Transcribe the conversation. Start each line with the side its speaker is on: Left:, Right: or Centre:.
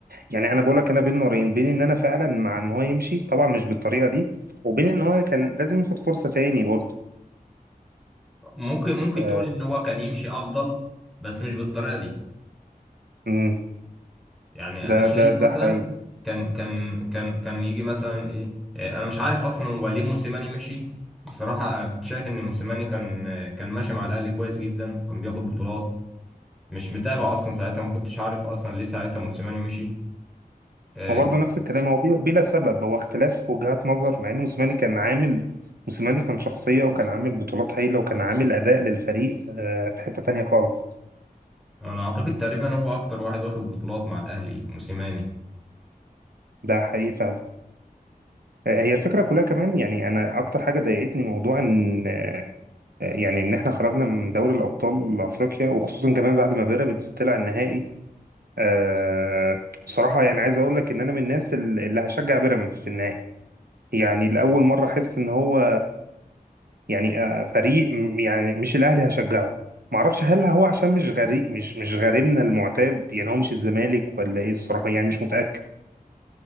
Right: يعني انا بقول لك انا بين نارين بين ان انا فعلا مع ان هو يمشي طبعا مش بالطريقه دي وبين ان هو كان لازم ياخد فرصه تاني برضو
Centre: ممكن ممكن
Right: آه.
Centre: تقول ان هو كان يمشي افضل بس مش بالطريقه دي
Right: مم.
Centre: يعني
Right: ده
Centre: انا شايف
Right: ده
Centre: مثلا
Right: ده حقيقي
Centre: كان كان كان كان يجي مثلا ايه إيه، انا مش عارف اصلا هو ليه موسيماني مشي بصراحه انا كنت شايف ان موسيماني كان كان ماشي مع الاهلي كويس جدا كان بياخد بطولات مش متابع اصلا ساعتها ما كنتش عارف اصلا ليه ساعتها موسيماني مشي آه،
Right: هو برضه نفس الكلام هو بلا بلا سبب هو اختلاف وجهات نظر مع ان موسيماني كان عامل موسيماني كان شخصية وكان عامل بطولات هايلة وكان عامل أداء للفريق آه، في حتة تانية خالص
Centre: انا اعتقد تقريبا هو اكتر واحد واخد بطولات مع الاهلي موسيماني
Right: ده حقيقي فعلا آه، هي الفكرة كلها كمان يعني أنا أكتر حاجة ضايقتني موضوع إن آه، يعني إن إحنا خرجنا من دوري الأبطال أفريقيا وخصوصا كمان بعد ما بيراميدز طلع النهائي آه، بصراحة يعني عايز أقول لك إن أنا من الناس اللي هشجع بيراميدز في النهائي يعني لأول مرة أحس إن هو يعني آه، فريق م- يعني مش الاهلي هشجعه معرفش هل هو عشان مش غريب مش مش غريمنا المعتاد يعني هو مش الزمالك ولا ايه الصراحه يعني مش متاكد